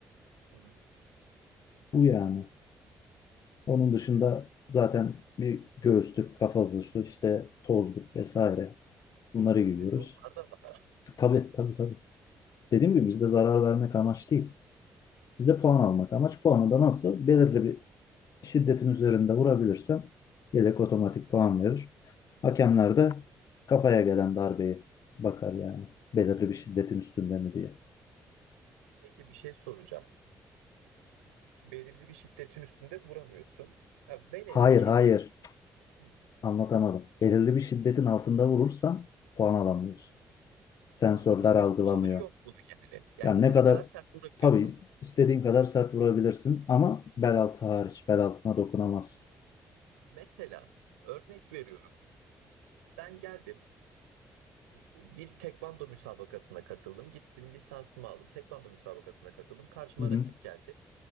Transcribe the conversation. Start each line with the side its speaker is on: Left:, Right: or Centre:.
Right: Hı hı.
Left: Bu yani. Onun dışında zaten bir göğüslük, kafa zırhı, işte tozluk vesaire. Bunları
Right: Ha
Left: giyiyoruz.
Right: sizde onlar da var.
Left: Tabii tabii tabii. Dediğim gibi bizde zarar vermek amaç değil. Bizde puan almak amaç. Puanı da nasıl? Belirli bir şiddetin üzerinde vurabilirsen yelek otomatik puan verir. Hakemler de kafaya gelen darbeye bakar yani. Belirli bir şiddetin üstünde mi diye.
Right: Peki bir şey soracağım. Belirli bir şiddetin üstünde vuramıyorsun. Ha, velev
Left: Hayır,
Right: ki
Left: hayır.
Right: hı,
Left: Anlatamadım. Belirli bir şiddetin altında vurursan puan alamıyorsun. Sensörler
Right: anladım. Üst
Left: algılamıyor.
Right: sınırı yok bunun yani. Yani
Left: Yani
Right: istediğin
Left: ne kadar
Right: kadar sert vurabiliyorsun.
Left: tabii istediğin kadar sert vurabilirsin ama bel altı hariç bel altına dokunamazsın.
Right: Mesela örnek veriyorum. Ben geldim bir tekvando müsabakasına katıldım. Gittim lisansımı aldım. Tekvando müsabakasına katıldım. Karşıma
Left: Hı hı.
Right: rakip geldi.